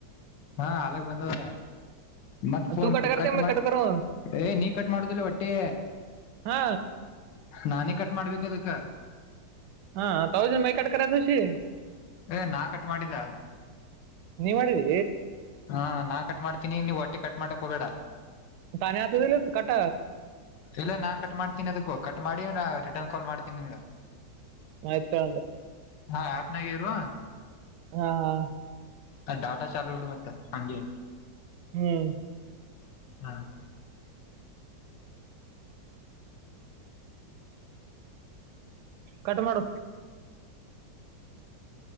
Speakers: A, on the left; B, on the right.
A: ಹಾ ಅಲಗ್ ಬಂದ ಮತ್ತತ್ ಫೋನ್
B: ತೂ ಕಟ್ಕರ್ತೆ
A: ಕಟ್
B: ಮೈ
A: ಮಾಡ
B: ಕಟ್ಕರು
A: ಏ ನೀ ಕಟ್ ಮಾಡುದಿಲ್ಲ ಒಟ್ಟೆ
B: ಹಾ
A: ನಾನೇ ಕಟ್ ಮಾಡ್ಬೇಕ ಅದಕ್ಕ
B: ಹಾ ತೌಸಂಡ್ ಮೈ ಕಟ್ಕರ ತುಷಿ
A: ಏ ನಾ ಕಟ್ ಮಾಡಿದ
B: ನೀವ್ ಮಾಡ್ರಿ
A: ಹಾ ನಾ ಕಟ್ ಮಾಡ್ತೀನಿ ನೀವು್ ಹೊಟ್ಟೆ ಕಟ್ ಮಾಡಕ್ ಹೋಗ್ಬೇಡ
B: ತಾನೇ ಆತದಿಲ್ಲ ಕಟ
A: ಇಲ್ಲ ನಾನ್ ಕಟ್ ಮಾಡ್ತೀನಿ ಅದಕ್ಕೂ ಕಟ್ ಮಾಡಿ ರಿಟರ್ನ್ ಕಾಲ್ ಮಾಡ್ತೀನಿ ನಿಂಗ
B: ಆಯ್ತಂದ್ರರಿ
A: ಹಾ ಆಪನಾಗೆ ಇರು
B: ಹಾ ಹಾ
A: ಅ ಡಾಟಾ ಚಾಲೂ ಇಡು ಮತ್ತ ಹೆ
B: ಹ್ಮ್
A: ಹಾ
B: ಕಟ್ ಮಾಡು